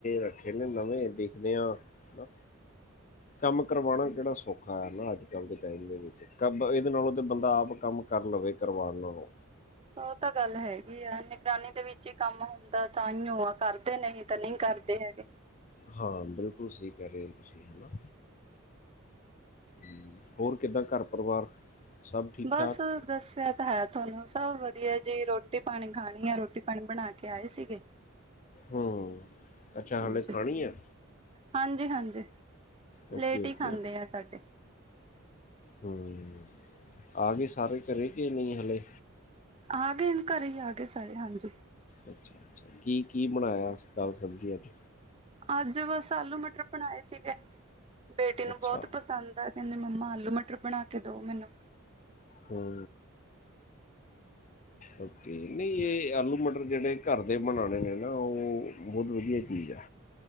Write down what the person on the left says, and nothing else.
ਰੱਖੇ ਨੇ ਨਵੇਂ ਦੇਖਦੇ ਹਾਂ। ਹਨਾ ਕੰਮ ਕਰਵਾਉਣਾ ਕਿਹੜਾ ਸੌਖਾ ਹੈ ਨਾ ਅੱਜ ਕੱਲ੍ਹ ਦੇ ਟਾਈਮ ਦੇ ਵਿੱਚ ਕਬ ਇਹਦੇ ਨਾਲੋਂ ਤੇ ਬੰਦਾ ਆਪ ਕੰਮ ਕਰ ਲਵੇ ਕਰਵਾਉਣ ਨਾਲੋਂ
ਹਾਂ ਬਿਲਕੁਲ ਸਹੀ ਕਹਿ ਰਹੇ ਹੋ ਤੁਸੀਂ ਹੈ ਨਾ ਹੂੰ, ਹੋਰ ਕਿੱਦਾਂ ਘਰ ਪਰਿਵਾਰ? ਸਭ ਠੀਕ
ਠਾਕ
ਹੂੰ ਅੱਛਾ
ਹਾਲੇ ਖਾਣੀ ਆ
ਓਕੇ
ਓਕੇ
ਹੂੰ ਆ ਗਏ ਸਾਰੇ ਘਰੇ ਕੇ ਨਈ ਹਲੇ?
ਅੱਛਾ ਅੱਛਾ ਕੀ- ਕੀ ਬਣਾਇਆ ਦਾਲ਼- ਸਬਜ਼ੀ ਅੱਜ?
ਅੱਛਾ
ਹੂੰ
ਓਕੇ ਨਈ ਇਹ ਆਲੂ ਮਟਰ ਜਿਹੜੇ ਘਰ ਦੇ ਬਣਾਣੇ ਨੇ ਨਾ ਉਹ ਬਹੁਤ ਵਧੀਆ ਚੀਜ਼ ਐ।